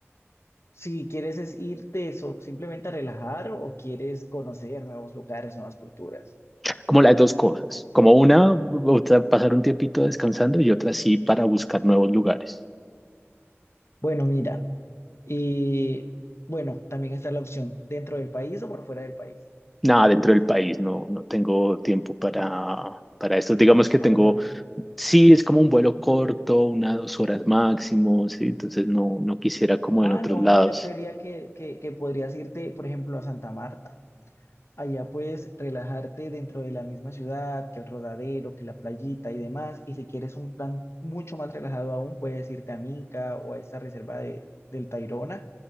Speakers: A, on the left; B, in the centre.
A: si quieres es irte so- simplemente a relajar o quieres conocer nuevos lugares, nuevas culturas.
B: como las dos cosas, como una, o sea, pasar un tiempito descansando y otra sí para buscar nuevos lugares?
A: Bueno, mira, y bueno, también está la opción dentro del país o por fuera del país
B: Nada, dentro del país no, no tengo tiempo para, para esto. Digamos que
A: para
B: tengo,
A: salir.
B: sí, es como un vuelo corto, una, dos horas máximo, sí, entonces no, no quisiera como
A: Ah,
B: en otros
A: no,
B: lados.
A: yo creería que, que, que podrías irte, por ejemplo, a Santa Marta. Allá puedes relajarte dentro de la misma ciudad, que el rodadero, que la playita y demás. Y si quieres un plan mucho más relajado aún, puedes irte a Minca o a esta reserva de, del Tayrona.